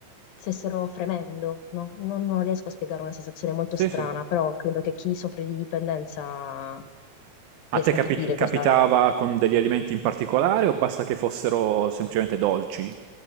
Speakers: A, on the left; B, on the right.
A: stessero fremendo, no? Non, non riesco a spiegare una sensazione molto
B: Sì,
A: strana,
B: sì.
A: però credo che chi soffre di dipendenza riesca
B: A te capi-
A: a capire
B: capitava
A: cosa...
B: con degli alimenti in particolare o basta che fossero semplicemente dolci?